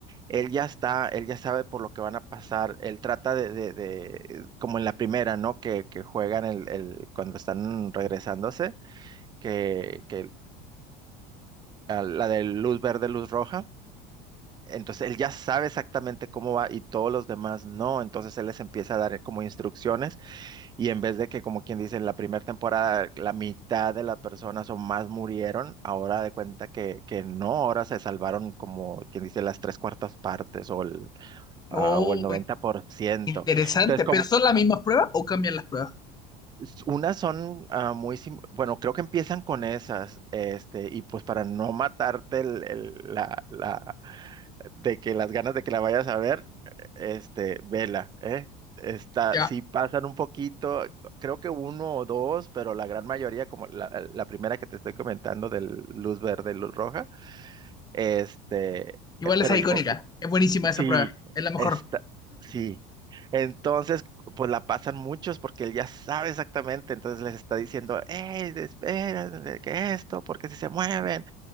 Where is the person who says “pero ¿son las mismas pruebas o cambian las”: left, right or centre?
Left